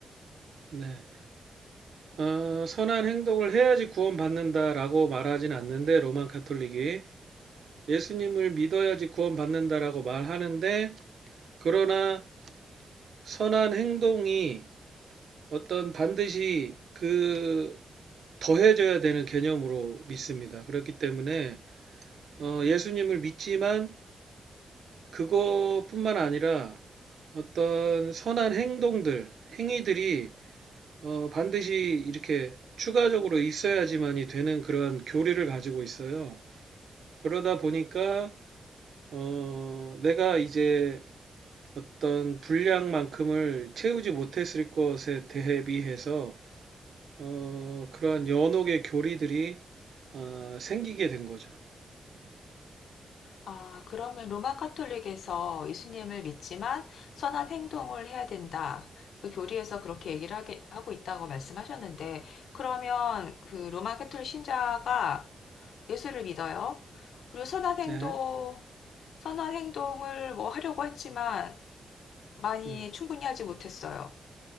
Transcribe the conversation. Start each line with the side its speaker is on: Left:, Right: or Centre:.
Right: 네. 어, 선한 행동을 해야지 구원받는다라고 말하진 않는데 로만 카톨릭이 예수님을 믿어야지 구원받는다라고 말하는데 그러나 선한 행동이 어떤 반드시 그 더해져야 되는 개념으로 믿습니다. 그렇기 때문에 어, 예수님을 믿지만 그것뿐만 아니라 어떤 선한 행동들, 행위들이 어, 반드시 이렇게 추가적으로 있어야지만이 되는 그런 교리를 가지고 있어요. 그러다 보니까 어, 내가 이제 어떤 분량만큼을 채우지 못했을 것에 대비해서 어, 그런 연옥의 교리들이 어, 생기게 된 거죠.
Left: 아, 그러면 로만 카톨릭에서 예수님을 믿지만 선한 행동을 해야 된다. 그 교리에서 그렇게 얘기를 하게, 하고 있다고 말씀하셨는데, 그러면 그 로만 카톨릭 신자가 예수를 믿어요? 그리고 선한 행동
Right: 네,
Left: 선한 행동을 뭐 하려고 했지만 많이
Right: 음,
Left: 충분히 하지 못했어요.